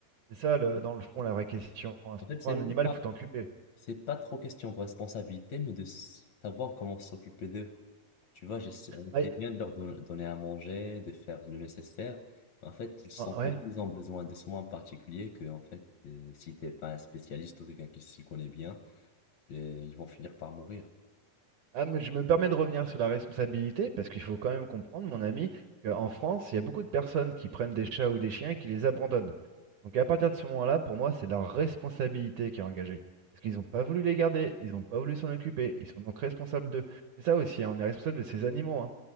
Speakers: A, on the right; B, on the left.
A: C'est ça, le- dans le fond, la vraie question. hein. Si
B: en fait
A: tu prends
B: c'est
A: un
B: même
A: animal,
B: pas
A: faut t'en occuper.
B: c'est pas trop question de responsabilité mais de s- savoir comment s'occuper d'eux tu vois j'essaie on essaie
A: Bah, y-
B: bien de leur don- donner à manger de faire le nécessaire mais en fait ils sont
A: ah, ouais.
B: ils ont besoin de soins particuliers que en fait euh, si t'es pas un spécialiste ou quelqu'un qui s'y connaît bien euh, ils vont finir par mourir
A: Ah, mais je me permets de revenir sur la responsabilité parce qu'il faut quand même comprendre, mon ami, qu'en France, il y a beaucoup de personnes qui prennent des chats ou des chiens et qui les abandonnent. Donc à partir de ce moment-là, pour moi, c'est leur responsabilité qui est engagée. Parce qu'ils n'ont pas voulu les garder, ils n'ont pas voulu s'en occuper, ils sont donc responsables d'eux. C'est ça aussi, hein, on est responsable de ces animaux. hein.